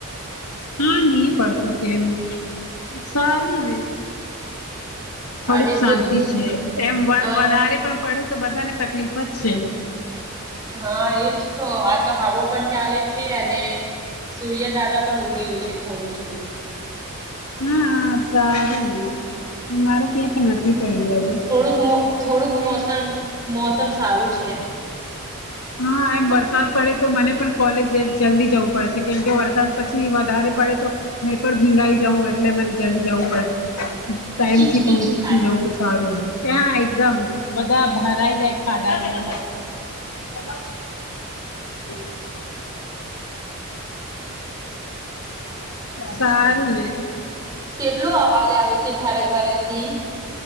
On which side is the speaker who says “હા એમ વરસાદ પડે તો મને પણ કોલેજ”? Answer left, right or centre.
Left